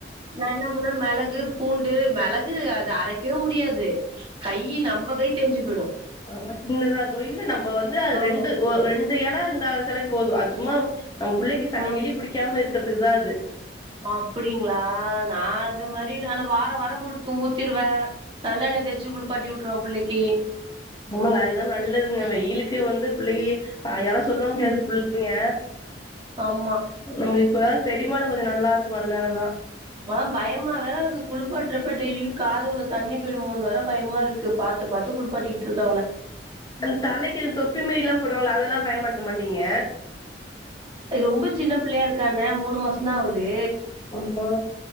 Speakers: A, on the right; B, on the left.
A: நா என்ன பண்ணுவேன் மெளகு பூண்டு மெளகு அத அரைக்கவே முடியாது கை நம்ம கை தெஞ்சு போய்டு
B: நம்ம சின்னதா இருக்கு இல்ல நம்ம வந்து அது
A: ஆமா
B: ரெண்டு ரெண்டு எல இருந்தாலே போது அது சும்மா நம்ம புள்ளைக்கு சளி
A: ஆ
B: கிழி புடிக்காம இருக்கறதுக்குதா அது
A: ஆ அப்டிங்ளா நா அந்த மாரி நானு வார வாரோ குடுத்து ஊத்திருவேன் நல்லெண்ண தேச்சு குளிப்பாட்டி விட்டுருவ புள்ளைக்கு
B: போங்க அதுதா நல்லதுங்க வெயிலுக்கு வந்து புள்ளை யாலு சொல்ல முடியாது
A: ம்.
B: புள்ளைங்க
A: ஆமா
B: நம்ம இப்ப செரிமானோ கொஞ்சோ நல்லா இருக்கு அதுனாலதா
A: ஆனா பயமா வேற இருக்கு குளிப்பாட்டுறப்ப டெய்லியு காதுகுள்ள தண்ணி போயிடுமோனு வேற பயமா இருக்கு பாத்து பாத்து குளிப்பாட்டிட்டு இருக்க அவன
B: அந்த தலைக்கு தொப்பி மாரில்லா போடுவாங்கல்ல அதெல்லா பயன்படுத்த மாட்டீங்க
A: எ ரொம்ப சின்ன புள்ளயா இருக்காங்க மூணு மாசந்தா ஆவுது
B: உப்மா